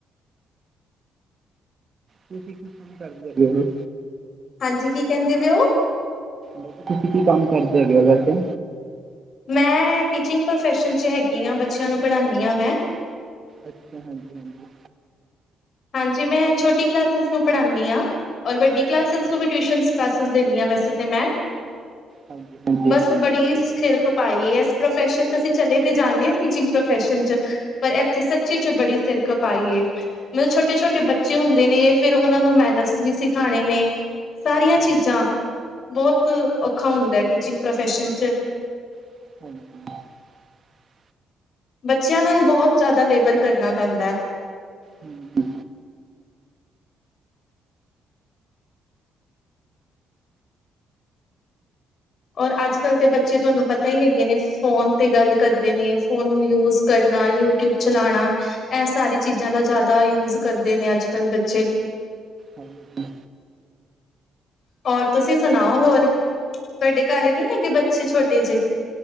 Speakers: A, on the right (about 40°); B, on the left (about 55°).
A: ਤੁਸੀਂ ਕੀ ਕੰਮ ਕਰਦੇ ਹੈਗੇ ਔ।
B: ਹਾਂਜੀ ਕੀ ਕਹਿੰਦੇ ਪਏ ਉਹ।
A: ਮੈਂ ਕਿਹਾ ਤੁਸੀਂ ਕੀ ਕੰਮ। ਕਰਦੇ ਹੈ ਗੇਏ ਹੋ ਵੈਸੇ।
B: ਮੈਂ ਟੀਚਿੰਗ ਪ੍ਰੋਫੈਸ਼ਨ 'ਚ ਹੈਗੀ ਹਾਂ ਬੱਚਿਆਂ ਨੂੰ ਪੜ੍ਹਾਣੀ ਹਾਂ ਮੈਂ।
A: ਅੱਛਾ, ਹਾਂਜੀ-ਹਾਂਜੀ।
B: ਜੀ ਮੈਂ ਛੋਟੀ ਕਲਾਸਿਸ ਨੂੰ ਪੜ੍ਹਣੀ ਆ। ਔਰ ਵੱਡੀ ਕਲਾਸਿਸ
A: ਹਾਂਜੀ
B: ਨੂੰ ਵੀ ਟਿਊਸ਼ਨ ਕਲਾਸਿਸ ਦਿੰਨੀ ਆ ਵੈਸੇ। ਤੇ ਮੈਂ।
A: ਹਾਂਜੀ ਹਾਂਜੀ
B: ਬਸ ਬੜੀ ਸਿਰ। ਖਪਾਈ ਹੈ ਅਸੀਂ ਪ੍ਰਫੈਸਨ ਤੇ ਅਸੀਂ ਚਲੇ ਤੇ ਜਾਂਦੇ ਹਾਂ ਟੀਚਿੰਗ ਪ੍ਰੋਫੈਸਨ ਚ ਪਰ ਇੱਥੇ ਸੱਚੀ ਚ ਬੜੀ ਸਿਰ ਖਪਾਈ ਏ। ਮਤਲਬ ਛੋਟੇ ਛੋਟੇ ਬੱਚੇ ਹੁੰਦੇ ਨੇ ਫਿਰ ਉਹਨਾਂ ਨੂੰ ਮੈਨਰਸ ਵੀ ਸਿਖਾਣੇ ਨੇ। ਸਾਰੀਆਂ
A: ਹਾਂ
B: ਚੀਜ਼ਾਂ ਬਹੁਤ। ਔਖਾ ਹੁੰਦਾ ਟੀਚਿੰਗ ਪ੍ਰੋਫੈਸ਼ਨ 'ਚ।
A: <inaudible>
B: ਬੱਚਿਆਂ ਨਾਲ ਬਹੁਤ ਜ਼ਿਆਦਾ ਲੇਬਰ ਕਰਨਾ ਪੈਂਦਾ ਹੈ।
A: ਹੂੰ।
B: ਔਰ ਅੱਜ ਕੱਲ੍ਹ ਦੇ ਬੱਚੇ ਤੁਹਾਨੂੰ ਪਤਾ ਹੀ ਹੈਗੇ ਨੇ ਫੋਨ ਤੇ ਗੱਲ ਕਰਦੇ ਨੇ ਫੋਨ ਯੂਜ ਕਰਨਾ? ਯੂਟਿਊਬ ਚਲਾਣਾ ਇਹ ਸਾਰੀ ਚੀਜ਼ਾਂ ਦਾ ਜ਼ਿਆਦਾ ਯੂਜ ਕਰ। ਕਰਦੇ ਨੇ ਅੱਜ ਕੱਲ੍ਹ ਬੱਚੇ।
A: ਹਾਂਜੀ।
B: ਹੋਰ ਤੁਸੀਂ ਸੁਣਾਓ ਹੋਰ ਤੁਹਾਡੇ ਘਰ ਨਹੀਂ ਹੈਗੇ ਬੱਚੇ ਛੋਟੇ ਜਿਹੇ।